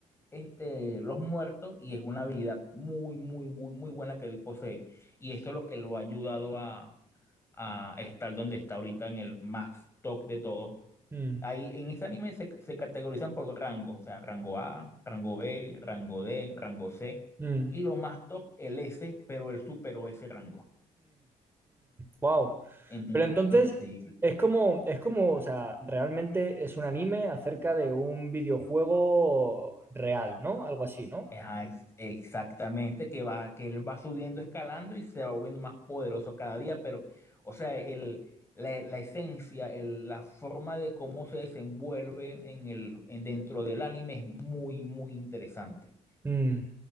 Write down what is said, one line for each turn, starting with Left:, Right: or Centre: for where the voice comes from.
Left: este, los muertos y es una habilidad muy, muy, muy, muy buena que él posee. Y esto es lo que lo ha ayudado a, a estar donde está ahorita en el más top de todos.
Right: Mm,
Left: Ahí en este anime se, se categorizan por rango, o sea, rango A, rango B, rango D, rango C,
Right: mm.
Left: y lo más top, el S, pero él superó ese rango
Right: wow.
Left: entonces
Right: Pero entonces
Left: en- sí,
Right: es como, es como, o sea, realmente es un anime acerca de un videojuego real, ¿no? Algo así, ¿no?
Left: ajá, ex- exactamente, que va, que él va subiendo, escalando y se va volviendo más poderoso cada día, pero, o sea, el, la, la esencia, el- la forma de cómo se desenvuelve en el, en- dentro del anime es muy, muy interesante.
Right: Mm.